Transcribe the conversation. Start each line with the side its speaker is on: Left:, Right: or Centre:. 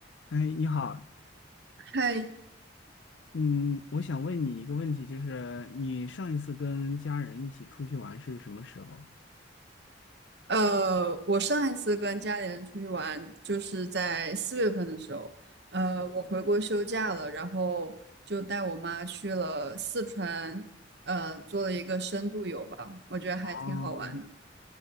Left: 哎，你好，
Right: 嗨，
Left: 嗯，我想问你一个问题，就是你上一次跟家人一起出去玩是什么时候？
Right: 呃，我上一次跟家里人出去玩，就是在四月份的时候，呃，我回国休假了，然后就带我妈去了四川，呃，做了一个深度游吧，我觉得还挺好玩的。
Left: 哦，